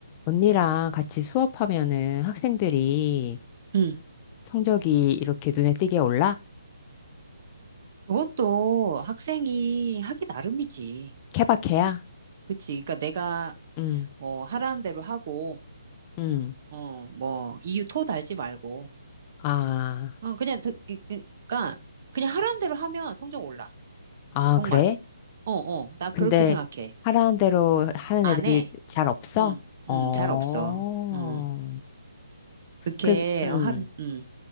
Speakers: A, on the left (about 20°); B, on the right (about 40°).
A: 언니랑 같이 수업하면은 학생들이
B: 응,
A: 성적이 이렇게 눈에 띄게 올라?
B: 그것도 학생이 하기 나름이지.
A: 케바케야?
B: 그치? 그러니까 내가
A: 응,
B: 뭐 하라는 대로 하고,
A: 응.
B: 어, 뭐 이유 토 달지 말고,
A: 아,
B: 어, 그냥 그- 그- 그러니까 그냥 하라는 대로 하면 성적 올라.
A: 아,
B: 정말.
A: 그래?
B: 어, 어, 나 그렇게
A: 근데
B: 생각해.
A: 하라는 대로 하는
B: 안
A: 애들이
B: 해.
A: 잘 없어?
B: 응,
A: 어.
B: 응, 잘 없어. 어, 그렇게
A: 그, 음.
B: 하, 응,